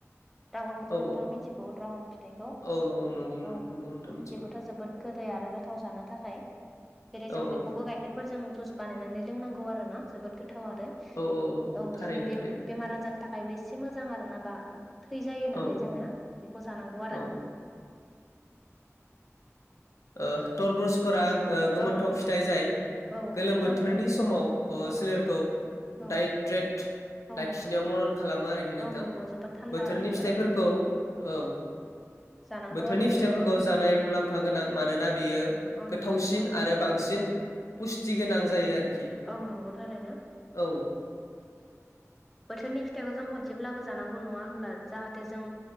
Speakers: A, in the centre; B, on the left.
A: ड्रागनखौथ'
B: औ
A: नोंथाङा मिथिगौ द्रागन फिथाइखौ
B: औ नंगौ नंगौ
A: औ
B: नंगौ नोंथां मिथिगौ
A: बेबोथ' जोबोद गोदै आरो गोथाव जानो थाखाय जेरै
B: औ
A: जों
B: औ
A: बेखौबो गाइखेर जों जुस बानायनानै लोंनांगौ आरो ना जोबोद गो थाव आरो
B: औ
A: औ
B: थारैनो
A: जोंनि बे
B: थारैनो
A: बेमार आजारनि थाखायबो एसे मोजां आरो ना बा थै जायो नालाय
B: औ
A: जोङो
B: औ
A: बेखौ जानांगौ आरो
B: औ ओ टरभुस फोरा गोमोथाव
A: औ
B: फिथाइ जाय
A: औ
B: गोलोम
A: नंगौ थारैनो
B: बोथोरनि समाव
A: औ
B: सोलेरखौ
A: औ
B: डाइट्रेट
A: औ
B: लाखिनायाव मदद खालामो आरोखि नोंथां
A: औ नंगौ जोबोद थान्दा
B: बोथोरनि
A: बेयो
B: फिथाइफोरखौ औ
A: जानांगौ
B: बोथोरनि
A: आरो जोङो
B: फिथाइफोरखौ
A: औ
B: जानाय मुलाम्फा गोनां मानोना बेयो
A: औ
B: गोथावसिन
A: नंगौ नोंथां
B: आरो बांसिन पुस्टि गोनां जायो आरोखि
A: औ नंगौ थारैनो
B: औ
A: बोथोरनि फिथाइखौ जों खनसेब्लाबो जानांगौ नङा होमब्ला जाहाथे जों